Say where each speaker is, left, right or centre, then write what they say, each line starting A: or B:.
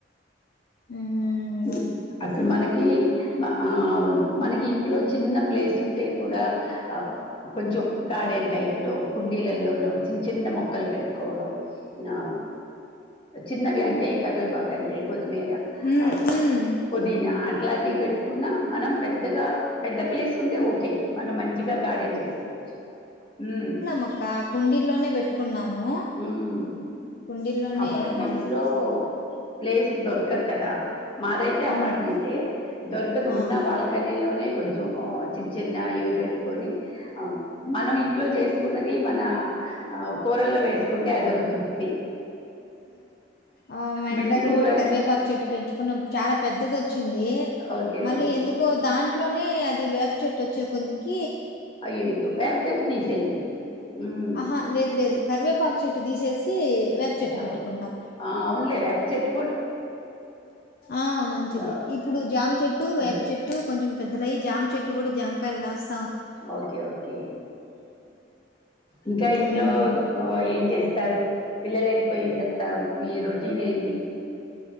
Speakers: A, on the left; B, on the left.
A: హుమ్
B: హుమ్ అసలు మనకి మ ఆ అవును మనకి ఇంట్లో చిన్ చిన్న ప్లేస్ ఉంటే కూడా ఆ కొంచెం గార్డెన్ టైప్ లో కుండీలలోనే చ్చిన్ చ్ చిన్న మొక్కలు పెట్టుకోవడం ఆ చిన్నవి అంటే కరివేపాక్ అంటే కొత్తిమీర
A: మ్
B: ఆహ్,
A: హు మ్
B: పుదీనా అట్లాంటివి పెట్టుకున్నా మనం పెద్దగా పెద్ద ప్లేస్ ఉంటే ఓకే మనం మంచిగా గార్డెన్ చేసుకోవచ్చు హుమ్
A: మొక్క ఆ కుండ్డిల్లోనే పెట్టుకున్నాము
B: హ్మ్.
A: కుండీల్లోనే
B: అపార్ట్మెంట్స్
A: మాది
B: లో ప్లేస్ దొరక కదా మాదైతే
A: అవును
B: అపార్ట్మెంటే దొరకదు
A: ఆ
B: ఉన్న బాల్కనీలోనే కొంచెం చిన్న చిన్న ఇవి పెట్టుకొని మనం ఇంట్లో చేసుకున్నది మన ఆ కూరల్లో వేసుకుంటే అదొక తృప్తి
A: ఆ ఆ మా
B: మెంతి
A: ఇంటి దగ్గర
B: కూర
A: కూడా కరివేపాకు చెట్టు పెంచుకున్నాం చాలా పెద్దది వచ్చ వచ్చింది
B: ఓకే
A: మళ్ళీ
B: ఓకే
A: ఎందుకో దాంట్లోనే అది వేబ్ చెట్ వచ్చే కొకి
B: అయ్యో అయ్యో బ్యాగ చెట్ తీసేయండి ఉమ్
A: ఆహా లేదు లేదు కరివేపాకు చెట్టు తీసేసి వేప చెట్టు
B: క
A: పెట్టుకున్నాం.
B: అనులే అ చెెట్
A: ఆ మంచిది
B: ఆ,
A: ఇప్పుడు జాం చెట్టు వేపు
B: జు
A: చెట్టు కొంచెం పెద్దలవి జామ్ చెట్టు ఇట్టు కూడా జామ్కాయల్ కాస్
B: ఓకే ఓకే ఇంకా
A: హ్మ్.
B: ఇంట్లో ఏం చేస్త స్తారు పిల్లలు వెళ్ళిపోయిన తర్వాత మీ రొటీన్ ఏంటి